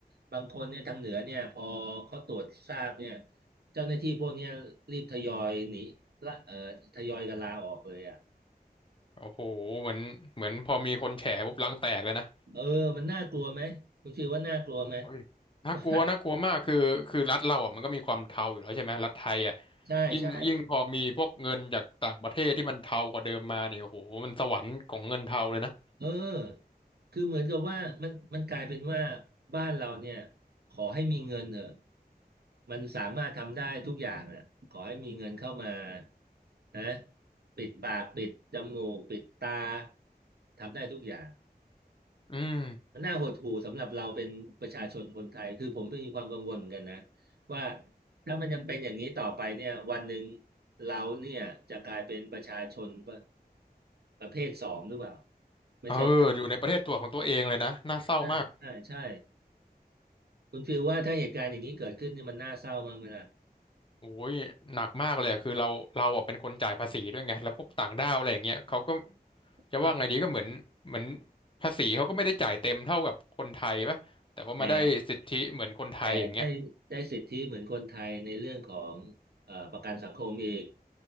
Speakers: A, on the right; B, on the left.
A: บางคนเนี่ยทางเหนือเนี่ยพอเขาตรวจทราบเนี่ยเจ้าหน้าที่พวกเนี้ยรีบทยอยหนีละเอ่อทยอยกันลาออกเลยอ่ะ
B: โอ้โหเหมือนเหมือนพอมีคนแฉปุ๊บรังแตกเลยนะ
A: เออมันน่ากลัวไหมคุณฟิลว่าน่ากลัวไหม
B: เฮ้ยน่ากลัวน่ากลัวมากคือคือรัฐเราอ่ะมันก็มีความเทาอยู่แล้วใช่ไหมรัฐไทยอ่ะ
A: ว่าใช่ใช่
B: ยิ่งยิ่งพอมีพวกเงินจากต่างประเทศที่มันเทากว่าเดิมมาเนี่ยโอ้โหมันสวรรค์ของเงินเทาเลยนะ
A: เออคือเหมือนกับว่ามันมันกลายเป็นว่าบ้านเราเนี่ยขอให้มีเงินเถอะมันสามารถทำได้ทุกอย่างอ่ะขอให้มีเงินเข้ามานะปิดปากปิดจมูกปิดตาทำได้ทุกอย่าง
B: อืม
A: มันน่าหดหู่สำหรับเราเป็นประชาชนคนไทยคือผมก็มีความกังวลเหมือนกันนะว่าถ้ามันยังเป็นอย่างนี้ต่อไปเนี่ยวันหนึ่งเราเนี่ยจะกลายเป็นประชาชนประประเภทสองหรือเปล่าไม่ใช่
B: เอออยู่ในประเทศตัวของตัวเองเลยนะน่าเศร้ามาก
A: ใช่ใช่ใช่คุณฟิลว่าถ้าเหตุการณ์อย่างนี้เกิดขึ้นนี่มันน่าเศร้ามากเลยนะ
B: โอ้ยหนักมากเลยอะคือเราเราอ่ะเป็นคนจ่ายภาษีด้วยไงแล้วพวกต่างด้าวอะไรอย่างเงี้ยเขาก็จะว่าไงดีก็เหมือนเหมือน
A: เออ
B: ภาษีเขาก็ไม่ได้จ่ายเต็มเท่ากับคนไทยปะแต่ว่ามาได้สิทธิเหมือนคนไทยอย่างเงี้ย
A: แต่แต่ได้ได้สิทธิเหมือนคนไทยในเรื่องของเอ่อประกันสังคมอีก